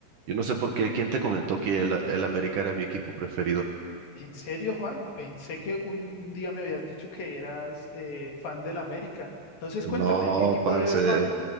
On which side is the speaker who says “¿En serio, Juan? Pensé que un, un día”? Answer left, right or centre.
Left